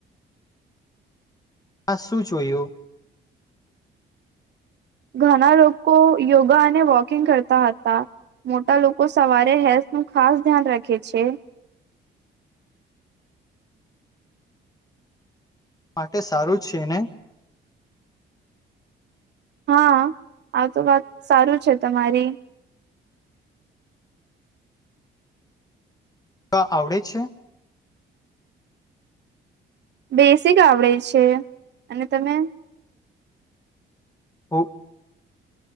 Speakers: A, on the left; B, on the right.
A: આા શું જોયું.
B: ઘણા લોકો યોગા અને વોકિંગ કરતા હતા મોટા લોકો સવારે હેલ્થ નું ખાસ ધ્યાન રાખે છે.
A: માટે સારું છે ને.
B: હા આવતો વાત સારું છે તમારી.
A: ક આવડે છે.
B: બેસિક આવડે છે અને તમે.
A: હ <inaudible>